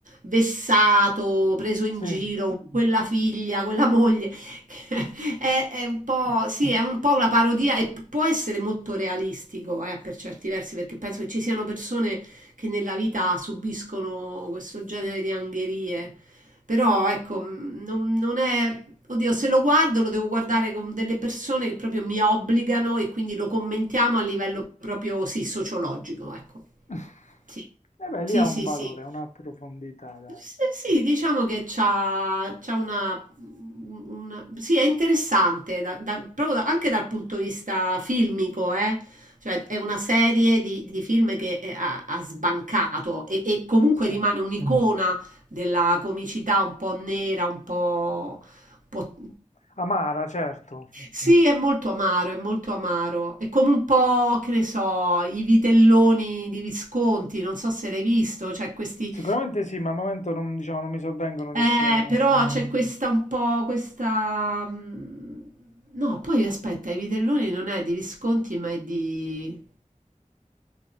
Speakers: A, on the right; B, on the left.
A: vessato, preso in
B: Sì.
A: giro, quella figlia, quella moglie. <laughs> È, è un po', sì, è un po' una parodia e p- può essere molto realistico, eh, per certi versi, perché penso che ci siano persone che nella vita subiscono questo genere di angherie. Però, ecco, mh, non, non è... Oddio, se lo guardo lo devo guardare con delle persone che proprio mi obbligano e quindi lo commentiamo a livello proprio, sì, sociologico, ecco.
B: <laughs>
A: Sì.
B: E beh, lì
A: Sì,
B: ha un
A: sì,
B: valore,
A: sì.
B: una profondità, dai.
A: Sì, sì, diciamo che c'ha, c'ha una, una- Sì, è interessante, da- da- proprio da- anche dal punto di vista filmico, eh. Cioè, è una serie di, di film che eh, ha, ha sbancato e, e comunque
B: Sì.
A: rimane un'icona della comicità un po' nera, un po', un po',
B: Amara, certo.
A: sì, è molto amaro, è molto amaro. È come un po', che ne so, i vitelloni di Visconti, non so se l'hai visto, c'è questi...
B: Sicuramente sì, ma al momento non, diciamo, non mi sovvengono le
A: Eh,
B: scene.
A: però c'è questa un po', questa... mm, No, poi aspetta, i vitelloni non è di Visconti, ma è di...